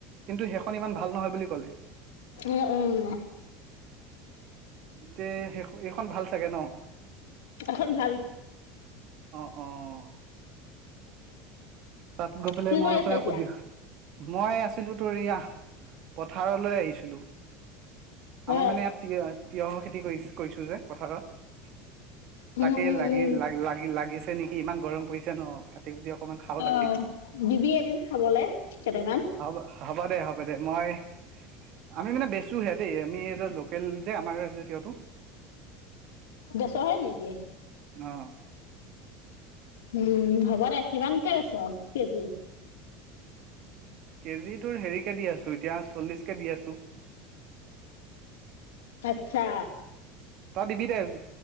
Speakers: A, on the right (about 50°); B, on the left (about 75°).
A: কিন্তু সেইখন ইমান ভাল নহয় বুলি কলে।
B: উম উম।
A: তে, এ সেই এইখন ভাল চাগে ন।
B: এখন ভাল।
A: অঁ অঁ। তাত গৈ পেলাই
B: কি
A: মই
B: কৰি আছ
A: হ
B: এতিয়া
A: সুধো। মই আছিলো তোৰ এইয়া, পথাৰলৈ আহিছিলো। আমাৰ
B: অ
A: মানে ইয়াত তিয়হ তিঁয়হৰ খেতি কৰি কৰিছো যে পথাৰত।
B: উম
A: তাকে
B: উম
A: লাগি
B: উম
A: ল লাগি লাগিছে নেকি, ইমান গৰম পৰিছে ন কাটি কুটি অ। অকমান খাও তাকে।
B: অ, দিবি এদিন খাবলে কেইটামান।
A: হ'ব হ'ব দে হ'ব দে মই, আমি মানে বেচোহে দেই, আমি এ লোকেল যে আমাৰ যে তিয়হটো।
B: বেচো হে নেকি?
A: অহ।
B: উম হ'ব দে কিমানকে বেছ, কেজি?
A: কেজি তোৰ হেৰিকে দি আছো, এতিয়া চল্লিশ কে দি আছো।
B: আচ্ছা।
A: তই দিবি দে